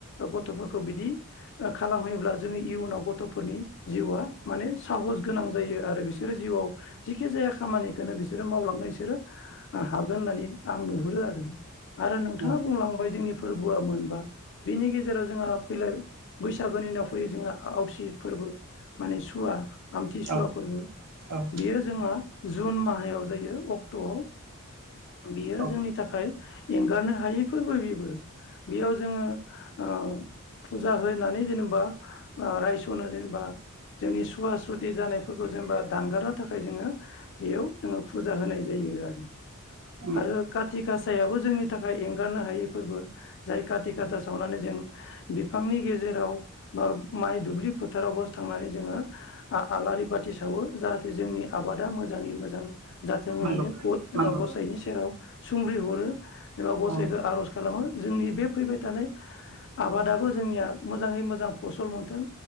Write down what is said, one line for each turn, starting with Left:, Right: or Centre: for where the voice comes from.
Left: गथ'फोरखौ बिदि ओ खालामहैयोब्ला जों इयुनाव गथ'फोरनि जिउआ माने साहस गोनां जायो आरो बिसोरो जिउआव जेखि जाया खामानिखोनो बिसोरो मावलांनो इसोरो हागोन होननानै आं नुहुरो आरो आरो नोंथाङा
Right: औ
Left: बुंलांबाय जोंनि फोरबोआ मोनबा बिनि गेजेराव जोंहा फैलाय बैसागोनि उनाव फैयो जोंहा आवसि फोरबो माने सुवा आमथिसुवा
Right: औ
Left: फोरबो
Right: औ
Left: बियो जोङो जुन माहायाव जायो अक्ट'आव बेयो
Right: औ
Left: जोंनि थाखाय एंगारनो हायै फोरबो बेबो बेयाव जोङो ओ फुजा होनानै जेनेबा ओ रायसनो जेनेबा जोंनि सुवा सु सुति जानायफोरखौ जेनेबा दानगारनो थाखाय जोङो बेयाव जोङो फुजा होनाय जायो आरो
Right: उम
Left: आरो काति कासायाबो जोंनि थाखाय एंगारनो हायै फोरबो जाय काति खासा सावनानै जों बिफांनि गेजेराव बा माइ दुब्लि फोथारावबो थांनानै जोङो आ-आलारि बाथि सावो जाहाथे जोंनि आबादा मोजाङै मोजां जाथों होननानै
Right: नंगौ
Left: ग-गसाइनि
Right: नंगौ औ
Left: सेराव सुंग्रि हरो जेनेबा गसाइखौ
Right: औ
Left: आरज खालामो जोंनि बे फैबाय थानाय आबादाबो जोंनिया मोजाङै मोजां फसल मोनथों